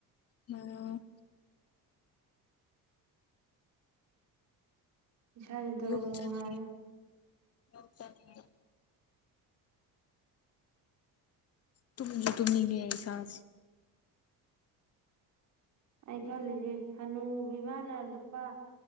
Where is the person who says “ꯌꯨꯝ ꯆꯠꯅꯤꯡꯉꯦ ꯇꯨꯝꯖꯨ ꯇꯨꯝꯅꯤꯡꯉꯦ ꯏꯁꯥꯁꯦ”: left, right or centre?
Left